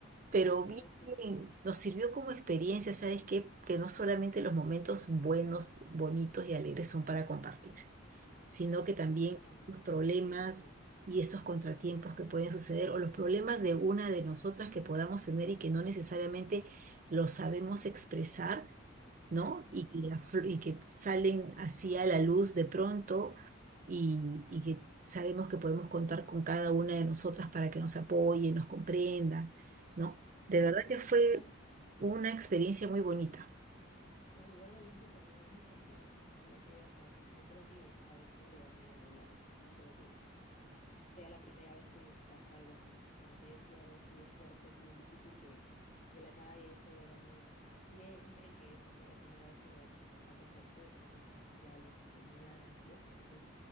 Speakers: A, on the right; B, on the left.
A: Pero
B: gracioso.
A: bien, nos sirvió como experiencia, ¿sabes qué? Que no solamente los momentos buenos, bonitos y alegres son para compartir sino que también
B: Claro,
A: los problemas
B: también en las malas.
A: y estos contratiempos que pueden suceder o los problemas de una de nosotras que podamos tener y que no necesariamente los sabemos expresar, ¿no?
B: Claro,
A: Y que, aflo- y que salen así a la luz de pronto y, y que sabemos que podemos contar con cada una de nosotras para que nos apoye, nos comprenda, ¿no? De
B: claro.
A: verdad que fue
B: Igual,
A: una experiencia muy bonita.
B: claro, igual valiente tu amiga, mami, porque para que o sea, yo creo que ella sabe que le da miedo volar. No creo que sea la primera vez que le pasa algo así, para que haya sido algo así de fuerte, bien difícil, que de la nada y haya estado volando siempre, que esta sea la primera vez que le da como ese ataque de pánico, yo creo que ya lo tenía de antes, entonces